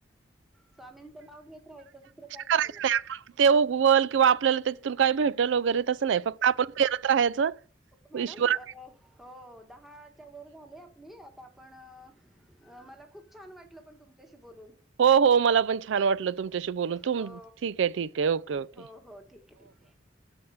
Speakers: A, in the centre; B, on the right.
A: स्वामींचं नाव घेत राहायचं दुसरं काय
B: करायच
A: करणार
B: नाही आपण ते उवल किंवा आपल्याला त्याच्यातून काय भेटल वगैरे तस नाही फक्त आपण फेरत राहायचं
A: हो मॅडम
B: श्वर
A: हो दहाच्या वर झाले आपली आता आपण अ मला खूप छान वाटलं पण तुमच्याशी बोलून
B: हो हो मला पण छान वाटलं तुमच्याशी बोलून त
A: हो
B: ठीक आहे ठीक आहे ओके ओके
A: हो हो ठीक आहे ठीक आहे